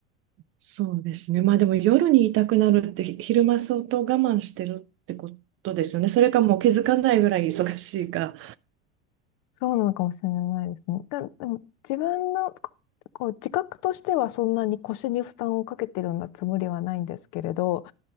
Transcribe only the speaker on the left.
そうなのかもしれないですね。だ、でも自分のこう自覚としてはそんなに腰に負担をかけてるようなつもりはないんですけれど、